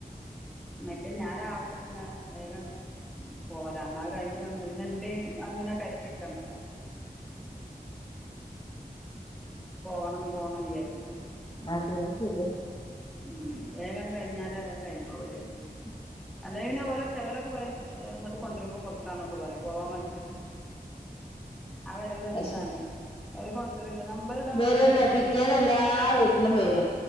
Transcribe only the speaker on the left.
അതെ ശരി
ഉം
പക്ഷെ
വരുംല്ല
പിറ്റേന്ന എല്ലാ വീട്ടിലും വരും